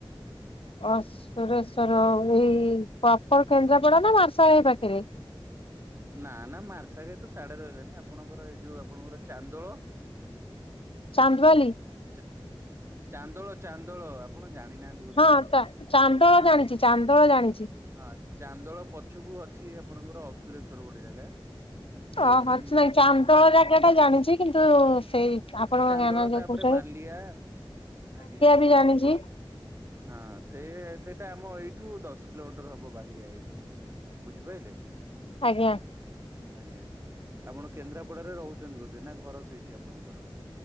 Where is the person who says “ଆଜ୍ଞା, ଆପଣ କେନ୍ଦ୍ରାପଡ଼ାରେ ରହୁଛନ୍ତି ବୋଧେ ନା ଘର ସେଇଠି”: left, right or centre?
Right